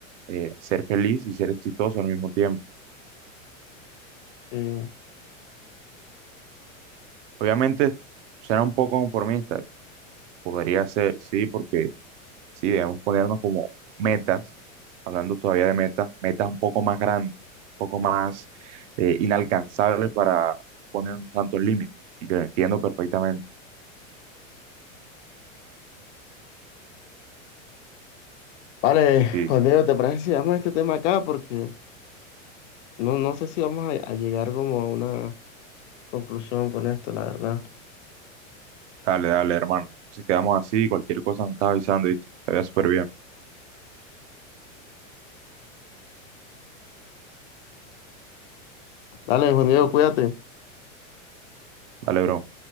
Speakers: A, on the right; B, on the left.
A: eh, ser feliz y ser exitoso al mismo tiempo.
B: Eh,
A: Obviamente suena un poco conformista, podría ser, sí, porque sí, debemos ponernos como metas, hablando todavía de metas, metas un poco más grandes, un poco más eh, inalcanzables para poner tantos límites. Y te lo entiendo perfectamente.
B: vale,
A: Sí,
B: Juan
A: sí.
B: Diego, ¿te parece si damos este tema acá? Porque no, no sé si vamos a, a llegar como a una conclusión con esto, la verdad.
A: Dale, dale, hermano. Si quedamos así, cualquier cosa me estás avisando, ¿viste? Te veo súper bien.
B: Dale, Juan Diego, cuídate.
A: Dale, bro.